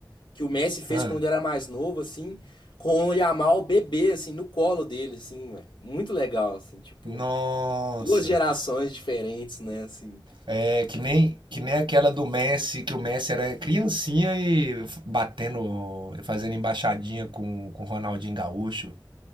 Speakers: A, on the left; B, on the right.
A: que o Messi fez
B: Ah,
A: quando ele era mais novo, assim, com o Yamal bebê, assim, no colo dele, assim, velho. Muito legal, assim, tipo,
B: nossa.
A: duas gerações diferentes, né, assim.
B: É que nem, que nem aquela do Messi, que o Messi era criancinha e f- batendo, fazendo embaixadinha com com o Ronaldinho Gaúcho.